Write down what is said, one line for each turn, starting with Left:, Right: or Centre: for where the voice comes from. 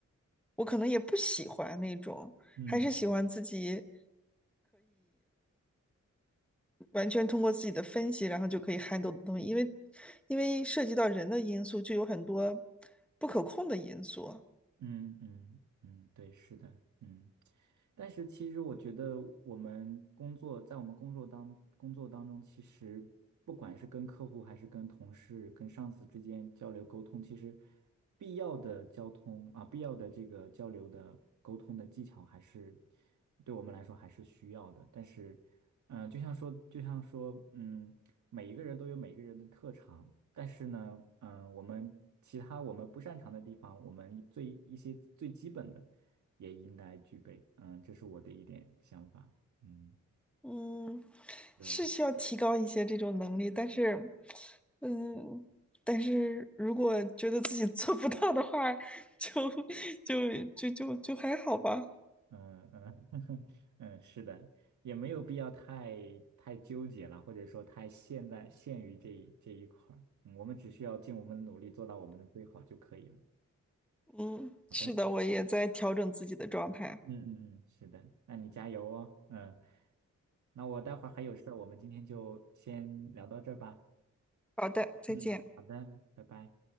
Centre: 我可能也不喜欢那种，
Right: 嗯
Centre: 还是喜欢自己完全通过自己的分析，然后就可以 handle 的东西，因为因为涉及到人的因素，就有很多不可控的因素，
Right: 嗯嗯嗯，对，是的，嗯，但是其实我觉得我们工作，在我们工作当工作当中，其实不管是跟客户还是跟同事、跟上司之间交流沟通，其实必要的交通啊，必要的这个交流的沟通的技巧，还是对我们来说还是需要的。但是，呃，就像说，就像说，嗯。每一个人都有每个人的特长，但是呢，嗯、我们其他我们不擅长的地方，我们最一些最基本的也应该具备。嗯，这是我的一点想法。嗯，
Centre: 嗯，
Right: 对，
Centre: 是需要提高一些这种能力，但是，嗯，但是如果觉得自己做不到的话，就 <laughs> 就就就就还好吧。
Right: 嗯嗯 <laughs> 嗯，是的，也没有必要太太纠结了，或者说太现在限于这一这一块儿。嗯我们只需要尽我们的努力做到我们的最好就可以了。
Centre: 嗯，
Right: 好的。
Centre: 是的，我也在调整自己的状态。
Right: 嗯嗯嗯，是的，那你加油哦。嗯，那我待会儿还有事儿，我们今天就先聊到这儿吧。
Centre: 好的，再见。
Right: 嗯，好的，拜拜。